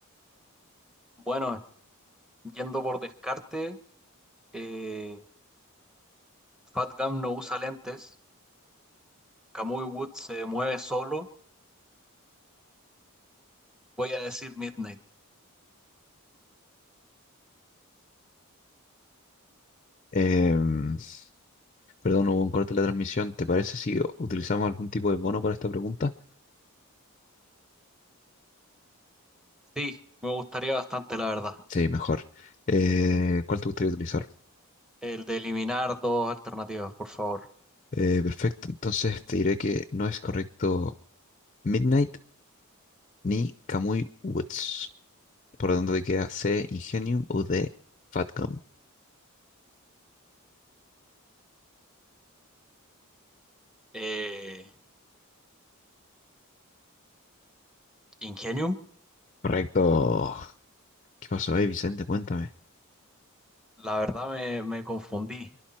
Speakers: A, in the centre; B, on the left (about 35°).
A: bueno, yendo por descarte, eh, Fat Gum no usa lentes, Kamui Wood se mueve solo, voy a decir Midnight.
B: Em, perdón, hubo un corte de la transmisión. ¿Te parece si utilizamos algún tipo de bono para esta pregunta?
A: Sí, me gustaría bastante, la verdad.
B: Sí, mejor. Eh, ¿cuál te gustaría utilizar?
A: El de eliminar dos alternativas, por favor.
B: Eh, perfecto, entonces te diré que no es correcto Midnight ni Kamui Woods. Por lo tanto, te queda C, Ingenium o D, Fatcom.
A: Eh, Ingenium,
B: Correcto. ¿Qué pasó ahí, Vicente? Cuéntame.
A: la verdad me, me confundí,